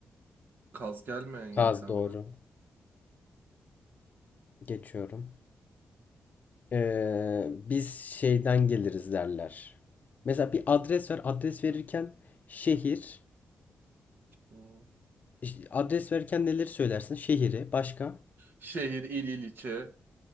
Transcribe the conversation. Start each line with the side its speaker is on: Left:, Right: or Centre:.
Right: Kaz gelmeyen yerden
Left: Saz doğru.
Right: mi?
Left: Geçiyorum. Ee, biz şeyden geliriz derler. Mesela bir adres ver. Adres verirken şehir
Right: Hı.
Left: İşte adres verirken neleri söylersin? Şehri, başka?
Right: Şehir, il, ilçe.